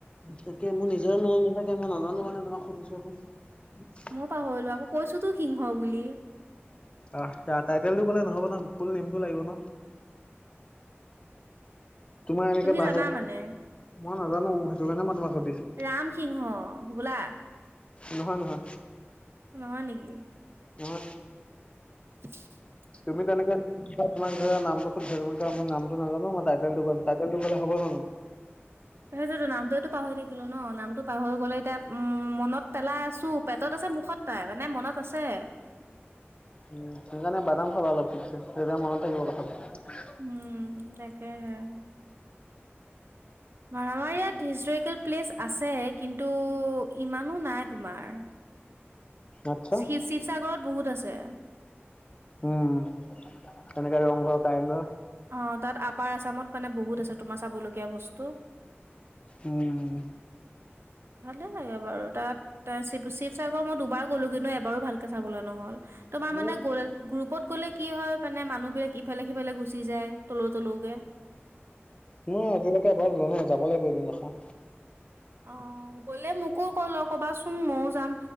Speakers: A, on the left; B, on the right.
A: তাকেই মোৰ নিজৰে মনত নাথাকে, মই নাজানো কাৰণে তোমাক সুধিছো আক।
B: ময়ো পাহৰিলো, আকৌ কৈছো তো সিংহ বুলি।
A: আহ, আ টাইটেলটো ক'লে নহ'ব নহয়, ফোল নেইমটো লাগিব ন। তোমাৰ এনেকে
B: তুমি
A: বাহে,
B: জানা মানে
A: মই নাজানো সেইটো কাৰণে মই তোমাক সুধিছো।
B: ৰামসিংহ হ'বলা।
A: নহয় নহয়।
B: নহয় নেকি?
A: নহয়।
B: <inaudible>
A: তুমি তেনেকে পিছত। তোমাক ধৰা নামটো সুধিছে, ছাৰ মোৰ নামটো নাজানো মই টাইটেলটো কম, টাইটেলটো কলে হ'ব জানো।
B: সেইটোৱেতো নামটোৱেটো পাহৰি থাকিলো ন, নামতটো পাহৰি গ'লে এতিয়া উম মনত পেলাই আছো পেটত আছে মুখত তাই মানে মনত আছে।
A: উম, সেইকাৰণে বাদাম খাবা অলপ ঠিকছে, তেতিয়া মনত থাকিব কথাবোৰ।
B: উম তাকেহে। অঁ আমাৰ ইয়াত হিষ্টৰিকেল প্লেচ আছে কিন্তু ইমানো নাই তোমাৰ।
A: আচ্ছা
B: শিৱ শিৱসাগৰত বহুত আছে।
A: উম তেনেকে ৰংঘৰ, কাৰেংঘৰ।
B: অঁ তাত আপাৰ আছামত মানে বহুত আছে তোমাৰ চাবলগীয়া বস্তু।
A: উম।
B: ভালে লাগে বাৰু তাত, শিৱ শিৱসাগৰ মই দুবাৰ গ'লো কিন্তু এবাৰো ভালকে চাবলে নহ'ল। তোমাৰ
A: মোৰ
B: মানে গৈ গ্ৰুপত গ'লে কি হয় মানে মানুহ বিলাক ইফালে সিফালে গুচি যায় তলৌ তলৌকে।
A: মই আজিলেকে এবাৰো যোৱা নাই যাব লাগিব এদিন ৰখা।
B: অঁ, গলে মোকো কলো কবাচোন ময়ো যাম।